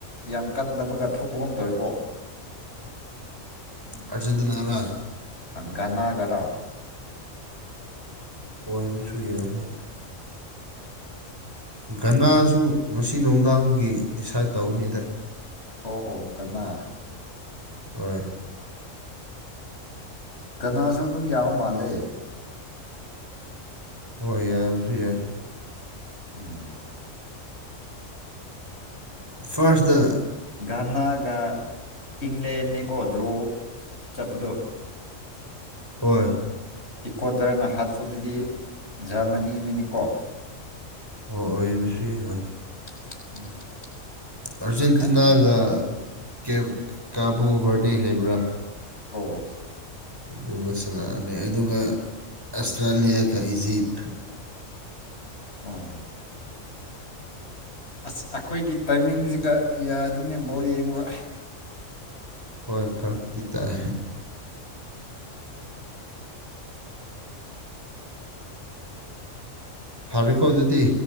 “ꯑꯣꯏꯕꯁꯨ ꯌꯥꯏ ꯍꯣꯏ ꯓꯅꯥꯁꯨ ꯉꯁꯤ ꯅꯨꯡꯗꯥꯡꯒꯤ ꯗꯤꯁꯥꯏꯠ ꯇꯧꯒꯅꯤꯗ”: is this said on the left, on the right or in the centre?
Right